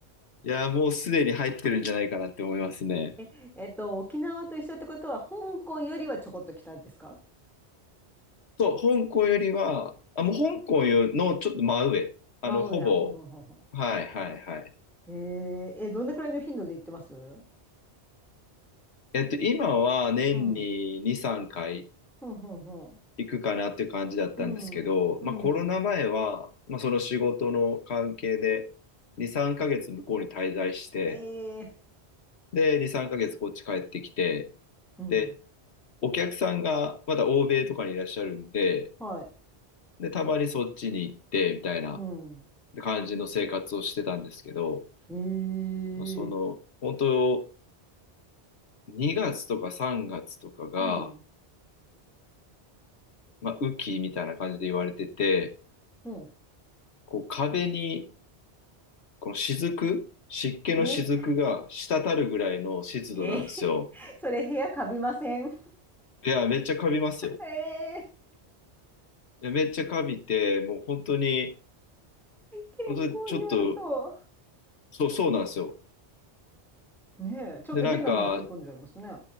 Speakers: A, on the left; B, in the centre.
A: いやー、もうすでに入ってるんじゃないかなって思いますね。
B: <laughs> え、えっと、沖縄と一緒ってことは、香港よりはちょこっと北ですか
A: そう、香港よりは、あ、もう香港よのちょっと真上。あの、
B: まあ、
A: ほぼ、
B: 真上、ほうほうほうほ
A: はいはいはい。
B: う。えー、え、どんなくらいの頻度で行ってますう
A: えっと、今は年に2、
B: ん。
A: 3回
B: ほんほんほん。
A: 行くかなっていう感じだったんですけど、
B: うん。うん。
A: まあコロナ前は、まあその仕事の関係で2、3ヶ月向こうに滞在して、
B: ええ
A: で、2、3ヶ月こっち帰ってきて、
B: うん。
A: で、お客さんがまだ欧米とかにいらっしゃるんで、
B: はい。
A: で、たまにそっちに行って、みたいな
B: うん。
A: 感じの生活をしてたんですけど、
B: ええ
A: その、本当、2月とか3月とかが、
B: うん。
A: まあ、雨季みたいな感じで言われてて、
B: ほん。
A: こう壁に、この雫、湿気の雫が滴るぐらいの湿度なんですよ。
B: えええ <laughs> それ部屋カビません
A: いや、めっちゃカビますよ。
B: ええ
A: いや、めっちゃカビて、もう本当に、
B: 健康に悪そ
A: 本当にちょっと、そう、そうなんですよ。
B: う。ねえ、ちょっと変なもん吸い込んじゃいますね。
A: で、なんか、